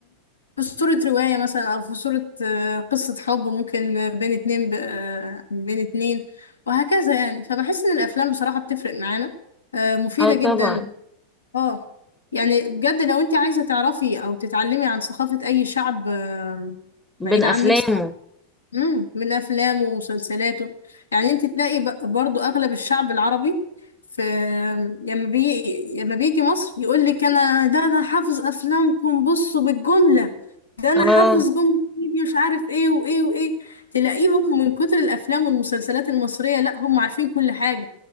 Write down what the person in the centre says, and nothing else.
اه طبعا
بين
افلامه
اه